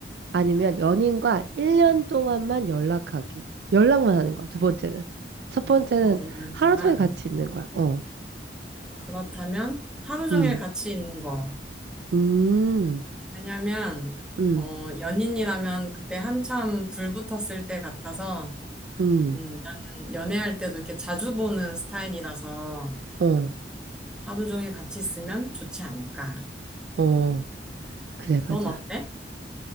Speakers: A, on the right; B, in the centre.
A: 아니면 연인과 1년 동안만 연락하기. 연락만 하는 거야, 두 번째는. 첫 번째는
B: 어, 열방만.
A: 하루 종일 같이 있는 거야. 어,
B: 그렇다면 하루 종일
A: 음,
B: 같이 있는 거.
A: 음,
B: 왜냐면,
A: 음,
B: 어, 연인이라면 그때 한참 불 붙었을 때 같아서,
A: 음,
B: 음, 나는 연애할 때도 이렇게 자주 보는 스타일이라서
A: 어,
B: 하루 종일 같이 있으면 좋지 않을까.
A: 어. 그래,
B: 넌
A: 맞아.
B: 어때?